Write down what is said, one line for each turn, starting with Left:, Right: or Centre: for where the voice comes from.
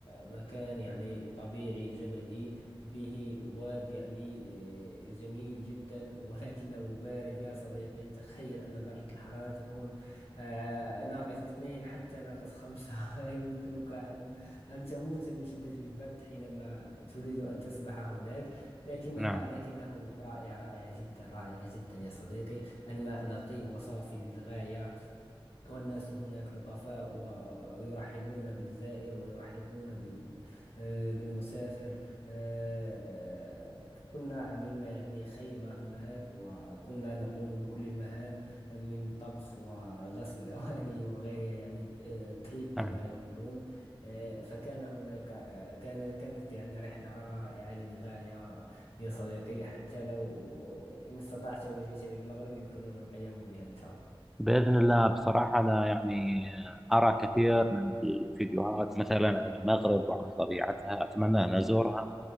Left: مكان يعني طبيعي جبلي به واد يعني آه، جميل جدا <laughs> ولكنه بارد يا صديقي تخيل أن درجة الحرارة تكون آه، ناقص اثنين حتى ناقص خمسة <laughs> يمكنك أن أن تموت من شدة البرد حينما تريد أن تسبح هناك لكنها
Centre: نعم
Left: لكنه رائع رائع جدا رائع جدا يا صديقي الماء نقي وصافي للغاية والناس هناك لطفاء ويرحبون بالزائر ويرحبون بال- آه، بالمسافر آه، آه، كنا عملنا يعني خيمة هناك وكنا نقوم بكل المهام من طبخ وغسل الأواني <laughs> وغيرها يعني آه، تريب كما
Centre: نعم
Left: يقولون آه، فكان هناك آه، كان كانت يعني رحلة رائعة للغاية يا صديقي حتى لو إن استطعت وجئت للمغرب يمكننا القيام بها إن شاء الله
Centre: بإذن الله بصراحة أنا يعني أرى كثير من الفيديوهات مثلا عن المغرب وعن طبيعتها أتمنى أن أزورها